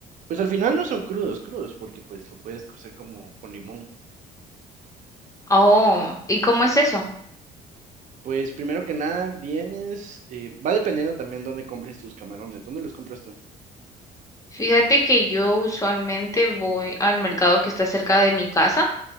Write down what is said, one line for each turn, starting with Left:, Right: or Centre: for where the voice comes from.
Right: Pues al final no son crudos, crudos, porque pues lo puedes cocer como con limón.
Left: Oh, ¿y cómo es eso?
Right: Pues primero que nada, vienes, eh, va dependiendo también dónde compres tus camarones, dónde los compras tú.
Left: Fíjate que yo usualmente voy al mercado que está cerca de mi casa.